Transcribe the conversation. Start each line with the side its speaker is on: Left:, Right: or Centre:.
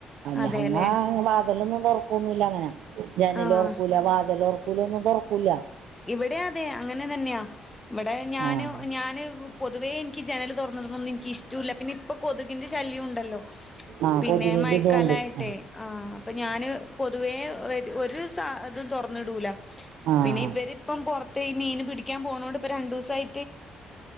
Left: അതെല്ലേ
Right: ഞങ്ങ വാതലൊന്നും തൊറക്കൊന്നുല്ല അങ്ങനെ ജനല്
Left: ആഹ്
Right: തൊറക്കൂല വാതല് തൊറ ക്കുല ഒന്നും തൊറക്കുല്ല
Left: ഇവിടെ അതെ അങ്ങനെ തന്നെയാ ഇവിടെ ഞാന്
Right: ആഹ്
Left: ഞാന് പൊതുവേ എനിക്ക് ജനല് തുറന്നിടണതൊന്നും എനിക്ക് ഇഷ്ടുല്ല പിന്നെ ഇപ്പൊ കൊതുകിന്റെ ശല്യോണ്ടല്ലോ
Right: ആഹ്
Left: പിന്നെ
Right: കൊതുകിന്റെ
Left: മയക്കാലായിട്ടെ
Right: ഇതുകൊണ്ട് ആഹ്
Left: ആഹ് അപ്പൊ ഞാന് പൊതുവേ ഒര് ഒരു സ ഇതും തൊറന്നിടൂല
Right: ആഹ്
Left: പിന്നെ ഇവര് ഇപ്പം പൊറത്ത് ഈ മീന് പിടിക്കാൻ പോണോണ്ട് ഇപ്പ രണ്ടൂസായി